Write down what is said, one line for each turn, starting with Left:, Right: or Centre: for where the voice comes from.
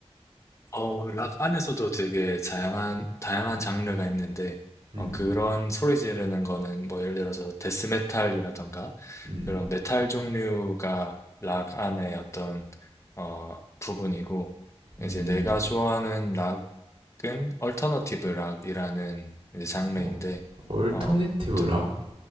Left: 어, 락 안에서도 되게 다양한, 다양한 장르가 있는데,
Right: 음,
Left: 어, 그런 소리 지르는 거는 뭐 예를 들어서 데스메탈이라던가
Right: 음,
Left: 그런 메탈 종류가 락 안의 어떤, 어, 부분이고,
Right: 음,
Left: 이제 내가 좋아하는 락은 얼터너티브 락이라는 이제 장르인데,
Right: 어, 얼터네티브
Left: 어, 드-
Right: 락?